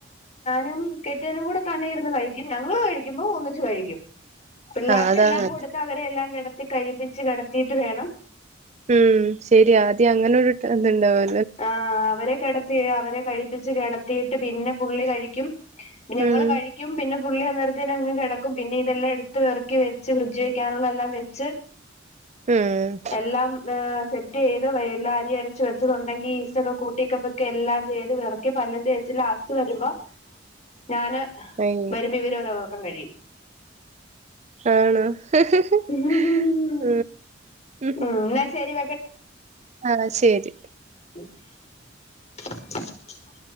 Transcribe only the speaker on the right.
ആഹ് അതാ നല്ലെ
ഉം ശര്യാ ആദ്യ അങ്ങനൊരു ഇത്ണ്ടാവ
ഉം
ഉം
അയ്
ആണോ ഹ്ഹ്ഹ്
ഉം ഹ്
ആഹ് ശരി